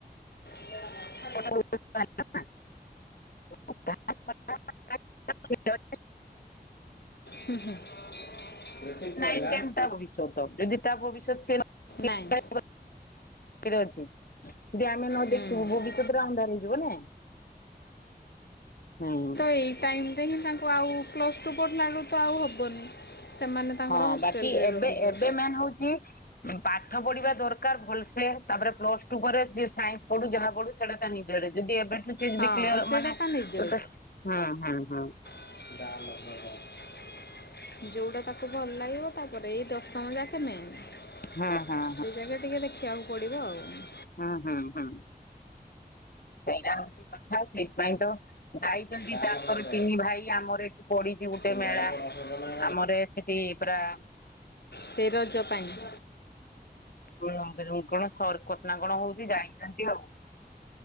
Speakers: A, on the left; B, on the left.
A: <inaudible>
B: <unintelligible>
A: ହୁଁ ହୁଁ। ରେସଲ୍ଟ
B: ନାଇ
A: ଆଇଲା
B: ଟେନ୍ ତା ଭବିଷ୍ୟତ ଯଦି ତା ଭବିଷ୍ୟତ ସେ <unintelligible>
A: ନାଇଁ
B: <unintelligible> ଅଛି। ଯଦି ଆମେ ନ
A: ହୁଁ
B: ଦେଖିବୁ ଭବିଷ୍ୟତରେ ଅନ୍ଧାର ହେଇଯିବ ନା ହୁଁ।
A: ସେଇ ଟାଇମ୍ ଏତେ ହିଁ ତାଙ୍କୁ ଆଉ ପ୍ଲସ୍ ଟୁ ପଡ଼ିଲା ବଳୁ ତ ଆଉ ହବନି। ସେମାନେ ତାଙ୍କର
B: ହଁ
A: ହଷ୍ଟେଲରେ
B: ବାକି ଏବେ
A: ରହିବେ
B: ଏବେ ମାନ୍ ହଉଛି ପାଠ ପଢିବା ଦରକାର ଭଲସେ ତାପରେ ପ୍ଲସ ଟୁ ପରେ ଯିଏ ସାଇନ୍ସ ପଢୁ ଯାହା ପଢୁ ନିଦଟା ଯଦି ଏବେଠୁ ସେ ଯଦି
A: ହଁ
B: କ୍ଲିୟର
A: ସେଇଟା
B: ମାନେ
A: ତା ନିଜ
B: ଗୋଟେ ହୁଁ ହୁଁ।
A: <unintelligible> ଯୋଉଟା ତାକୁ ଭଲ ଲାଗିବ ତାପରେ ଏଇ ଦଶମ ଯାକେ ମେନ୍। ସେ
B: ହଁ ହଁ
A: ଜାଗେ ଟିକେ ଦେଖିବାକୁ ପଡିବ ଆଉ।
B: ହୁଁ ହୁଁ ହୁଁ। ସେଇଟା ହଉଛି କଥା ସେଇଥିପାଇଁ ତ ଯାଇଛନ୍ତି
A: ଡାଲ
B: ତାଙ୍କର
A: ହ୍ରଦ
B: ତିନି ଭାଇ ଆମର ଏଠି ପଡିଛି ଗୋଟେ
A: ଇଣ୍ଡିଆର
B: ମେଳା
A: ବଡ଼ ହ୍ରଦ ନା
B: ଆମର ସେଠି ପୁରା
A: ସେ ରଜ ପାଇଁ।
B: <unintelligible> କଣ ସରକସ୍ନା କଣ ହଉଛି ଜାଣିଛନ୍ତି ଆଉ।